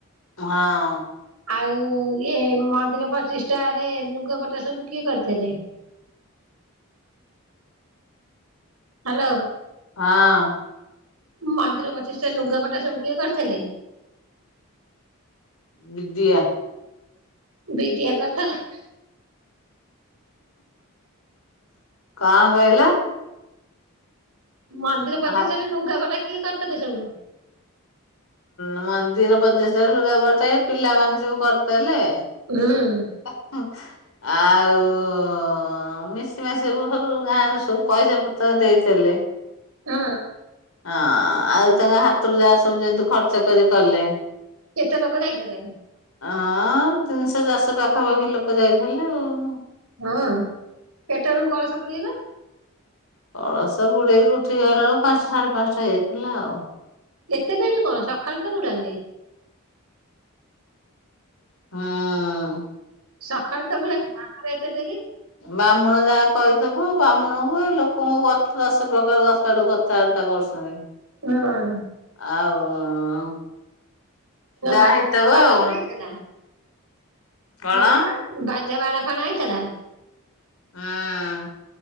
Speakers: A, on the left; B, on the right.
A: ହଁ।
B: ଆଉ ଇଏ ମନ୍ଦିର ପ୍ରଚିଷ୍ଠାରେ ନୁଗାପଟା ସବୁ କିଏ କରିଥିଲେ?
A: <inaudible>
B: ହାଲୋ।
A: ହଁ।
B: ମନ୍ଦିର ପ୍ରଚିଷ୍ଟାରେ ନୁଗାପଟା ସବୁ କିଏ କରିଥିଲେ?
A: ବିଦିଆ।
B: ବିଦିଆ କରିଥେଲା?
A: କଁ କଇଲ?
B: ମନ୍ଦିର ପଚିଷ୍ଟାରେ
A: ହା
B: ନୁଗାପଟା କିଏ କରିଥିଲେ ସବୁ?
A: ଉଁ ମନ୍ଦିର ପଚିଷ୍ଟାରେ ନୁଗା ପଟା ଏ ପିଲାମାନେ ସବୁ କରିଥେଲେ।
B: ଉଁ।
A: ଆ ହୁଁ ଆଉ ହଁ ମିଶି ମାସି କି ସବୁ ସବୁ ଗାଁ ରୁ ସବୁ ପଇସା ପତର ଦେଇଥିଲେ।
B: ହୁଁ।
A: ହଁ ଆଉ ତାଙ୍କ ହାତରୁ ଯାହା ସବୁ ଯେମିତି ଖର୍ଚ୍ଚ କରି ପାରିଲେ।
B: କେତେ ଲୋକ ଯାଇଥେଲେ?
A: ହଁ ତିନିଶ ଚାର୍ସ ପାଖାପାଖି ଲୋକ ଯାଇଥେଲେ ଆଉ।
B: ହଁ, କେତେବେଳକୁ କଳସ ବୁଡେଇଲ?
A: ପଳସ ବୁଡେଇକି ଉଠିକିଆଇଲା ବେଳକୁ ପାନ୍ସ ସାଢେ ପାନ୍ଟା ହେଇଯାଇଥିଲା ଆଉ।
B: ଏତେ ଡେରି କଣ ସକାଳ ତ ବୁଡ଼ାନ୍ତି?
A: ହଁ
B: ସଖାଳୁ ତ ବୁଡ଼ାନ୍ତି ଆଙ୍କର ଏତେ ଡେରି?
A: ବାହ୍ମୁଣ ଯାହା କଇଥବ ବାହ୍ମୁଣକୁ ଏ ଲୋକଙ୍କ କଥା ଦଶ ପ୍ରକାର ଦଶଆଡୁ କଥା। ଚଳିତ ବର୍ଷରେ।
B: ହଁ।
A: ଆଉ ଅଁ ଅଁ ଯାହା
B: ବାଜା
A: ହେତକ
B: ବାଣ
A: ଆଉ।
B: ଫାଣ ହେଇଥିଲା?
A: କଣ?
B: ମୁଁ କହିଲି ବାଜ୍ ବାଜା ବାଣ ଫାଣ ଆଇଥେଲା?
A: ହଁ